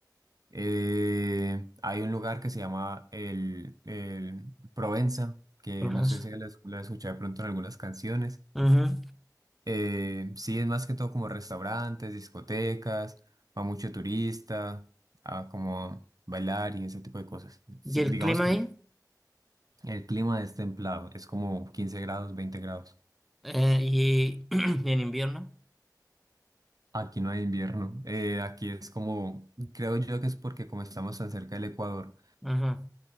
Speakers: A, on the right (about 55°); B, in the centre.
A: Eh, hay un lugar que se llama el, el Provenza, que
B: Florencia.
A: no sé si lo has lo has escuchado de pronto en algunas canciones.
B: Ujú.
A: Eh, sí, es más que todo como restaurantes, discotecas, va mucho turista, a como a bailar y ese tipo de cosas. Sí,
B: ¿Y el
A: digamos
B: clima
A: que
B: ahí?
A: el clima es templado, es como 15 grados, 20 grados.
B: Eh, y, <clears throat> y en invierno.
A: Aquí no hay invierno, eh, aquí es como, creo yo que es porque como estamos tan cerca del Ecuador,
B: Ajá.